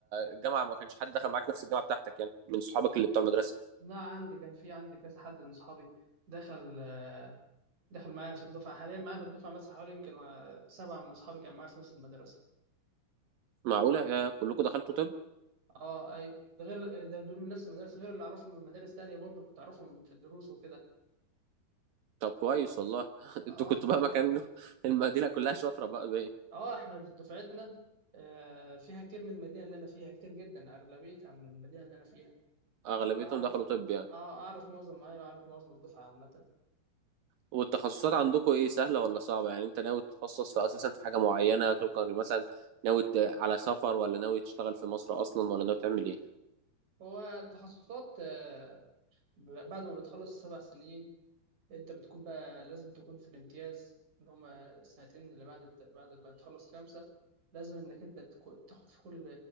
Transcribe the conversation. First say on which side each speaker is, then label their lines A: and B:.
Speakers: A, on the right; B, on the right.
A: الجامعه ما كانش حد دخل معاك نفس الجامعه بتاعتك يعني من صحابك اللي بتوع المدرسه
B: لا عندي كان في عندي كذا حد من اصحابي دخل دخل معايا في الدفعه حاليا معايا في الدفعه مثلا حوالي يمكن آه، سبعه من اصحابي كانوا معايا في نفس المدرسه
A: معقولة يا كلكم دخلتوا طب
B: اه اي ده غير ده دول من نفس المدرسه غير اللي اعرفهم من مدارس تانية برضه كنت اعرفهم في الدروس وكده
A: طب كويس والله <laughs>
B: اه
A: انتوا كنتوا بقى مكان <laughs> المدينة كلها شاطرة بقى باين
B: اه احنا دفعتنا آه، فيها كتير من المدينه اللي انا فيها كتير جدا اغلبيتها من المدينه اللي انا فيها
A: اغلبيتهم
B: انا اعرف
A: دخلوا طب يعني
B: اه اعرف معظم ايوه اعرف معظم الدفعه عامه
A: والتخصصات عندكم ايه سهلة ولا صعبة يعني انت ناوي تتخصص في اساسا في حاجة معينة طبقا مثلا ناوي ت- على سفر ولا ناوي تشتغل في مصر اصلا ولا ناوي تعمل ايه
B: هو التخصصات آه، ب- بعد ما بتخلص السبع سنين انت بتكون بقى لازم تكون في الامتياز اللي هما السنتين اللي بعد الت... بعد ما تخلص خمسة لازم انك انت تك- تاخد في كل